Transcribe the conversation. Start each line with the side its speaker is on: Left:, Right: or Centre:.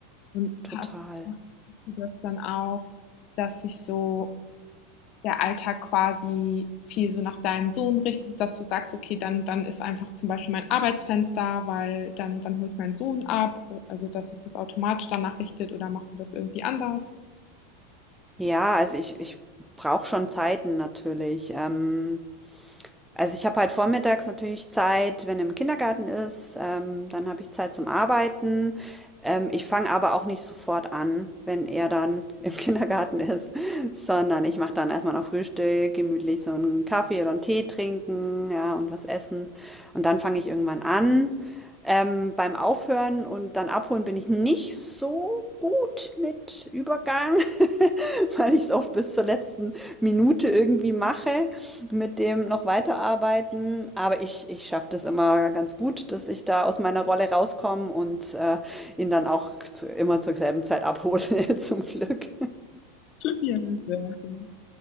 Left: Und
Centre: total.
Left: hast hast du das dann auch, dass sich so der Alltag quasi viel so nach deinem Sohn richtet, dass du sagst, okay, dann, dann ist einfach zum Beispiel mein Arbeitsfenster, weil dann, dann hole ich meinen Sohn ab, also dass sich das automatisch danach richtet oder machst du das irgendwie anders?
Centre: Ja, also ich, ich brauche schon Zeiten natürlich. Ähm, Also ich habe halt vormittags natürlich Zeit, wenn er im Kindergarten ist, ähm, dann habe ich Zeit zum Arbeiten. Ähm, ich fange aber auch nicht sofort an, wenn er dann im <laughs> Kindergarten ist, sondern ich mache dann erstmal noch Frühstück, gemütlich so einen Kaffee oder einen Tee trinken, ja, und was essen. Und dann fange ich irgendwann an. Ähm, beim Aufhören und dann abholen bin ich nicht so gut mit Übergang, <laughs> weil ich es oft bis zur letzten Minute irgendwie mache mit dem noch weiterarbeiten, aber ich, ich schaffe das immer ganz gut, dass ich da aus meiner Rolle rauskomme und äh, ihn dann auch zu, immer zur selben Zeit abhole, <laughs> zum Glück.
Left: Ja, sehr, sehr.